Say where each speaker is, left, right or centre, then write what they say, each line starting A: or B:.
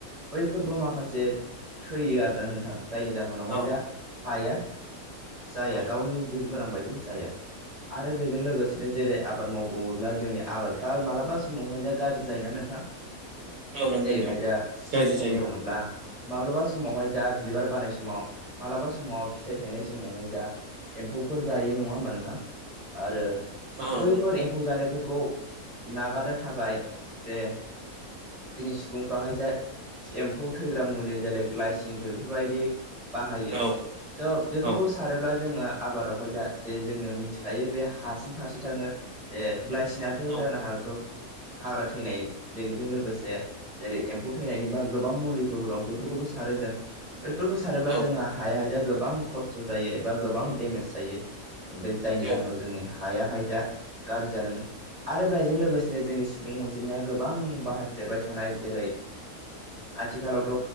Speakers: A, on the right; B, on the right.
A: बैफोरबो माखासे थैयो आरोना नोंथां। जायनि जाहोनावहाय
B: औ
A: जा हाया जाया
B: औ
A: गावनि जिब गोनां बायदि जायो आरो बेजों लोगोसेनो जेरै आबाद मावबावोब्ला जोंनि आबादफ्रा मालाबा समावहाय जा गाज्रि जायोना नोंथां।
B: नंगौ
A: जेरैहाय
B: नोंथां
A: जा
B: गाज्रि
A: बुंनो
B: जायो
A: थाङोब्ला माब्लाबा समावहाय जा बिबार बारनाय समाव मालाबा समाव फिथाइ थायनाय समावहाय जा एम्फौ फोर जायो नङा होमबा नोंथां आरो
B: औ औ
A: बैफोर
B: नंगौ
A: एम्फौ जानायफोरखौ नागारनो थाखाय जे जोंनि सुबुंफ्राहाय जे एम्फौ थैग्रा मुलि जाय ग्लायसिन बेफोरबायदि बाहायो
B: नोंथां औ
A: स बेफोरखौ
B: औ
A: सारोब्ला जोङो। आबादावहाय जा जे जोङो मिथिखायो बे हासिं फारसे थाङो जे ब्लाइसिं थ
B: औ
A: जानो हागौ हाग्रा थैनाय बेजों लोगोसे जेरै एम्फौ थैनायनि बा गोबां मुलिफोरबो दं बेफोरखौबो सारो जों। बैफोरखौ सारोब्ला
B: औ
A: जोंहा हाया हायाया गोबां खस्थ जायो एबा गोबां देमेज जायो बे जायनि
B: औ
A: जाहोनाव जोंनि हायाहाय जा गाज्रि जालाङो। आरो बेजों लोगोसेनो जोंनि सुबुं अनजिमाया गोबां बाहायफ्लेबाय थानाय जेरै आथिखालावथ